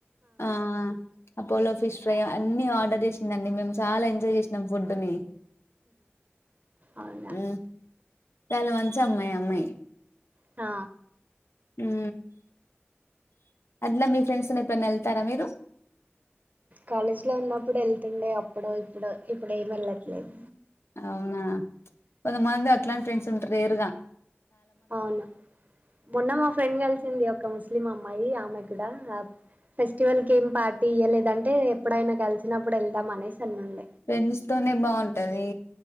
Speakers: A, on the left; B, on the right.
A: ఆ అపోలో ఫిష్ ఫ్రై అన్ని ఆర్డర్ చేసింది అండి మేము చాలా ఎంజాయ్ చేసినాం ఫుడ్ ని
B: అవునా
A: ఉమ్, చాలా మంచి అమ్మాయి ఆ అమ్మాయి
B: ఆ
A: ఉ అట్లా మీ ఫ్రెండ్స్ ని ఎప్పుడన్న ఎళ్తారా మీరు
B: కాలేజ్ లో ఉన్నప్పుడు వెళ్తుండే అప్పుడు ఇప్పుడు ఇప్పుడేమి వెళ్ళట్లేదు
A: అవునా కొంత మంది అట్లాంటి ఫ్రెండ్స్ ఉంటారు రేర్ గా
B: అవును మొన్న మా ఫ్రెండ్ కలిసింది ఒక ముస్లిం అమ్మాయి ఆమాయి కలిసిండ ఇంకా ఫెస్టివల్ కేం పార్టీ ఇయ్యలే అంటే ఎప్పుడైనా కలిసినప్పుడు వెళ్దాం అనేసి అనుండి
A: ఫ్రెండ్స్ తోనే బాగుంటది